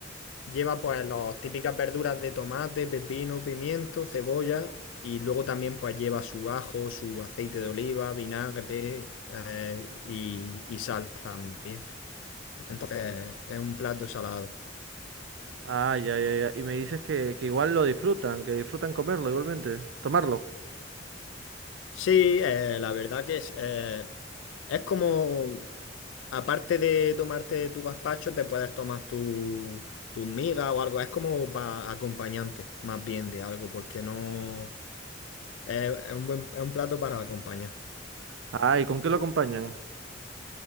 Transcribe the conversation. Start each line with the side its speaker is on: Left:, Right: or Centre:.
Left: Lleva pues las típicas verduras de tomate, pepino, pimiento, cebolla y luego también pues lleva su ajo, su aceite de oliva, vinagre eh, y, y sal también. Entonces es un plato salado.
Right: Ah, ya, ya, ya. Y me dices que, que igual lo disfrutan, que disfrutan comerlo igualmente, tomarlo.
Left: Sí, eh, la verdad que es, eh, es como, aparte de tomarte tu gazpacho, te puedes tomar tu, tus migas o algo. Es como para acompañante más bien de algo porque no es es un buen, es un plato para acompañar.
Right: Ah, ¿y con qué lo acompañan?